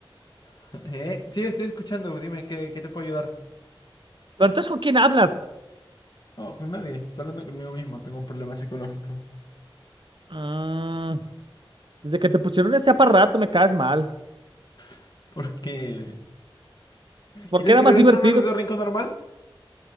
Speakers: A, on the left; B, on the right.
A: <laughs> ¿Eh? Sí, estoy escuchando, dime, ¿qué, qué te puedo ayudar?
B: Pero entonces, ¿con quién hablas?
A: No, con nadie, estoy hablando conmigo mismo, tengo un problema psicológico.
B: Mm, desde que te pusieron ese aparato me caes mal.
A: <laughs> ¿Por qué?
B: Porque
A: ¿Quieres
B: era
A: que
B: más
A: regrese
B: divertido.
A: a un orden rincón normal?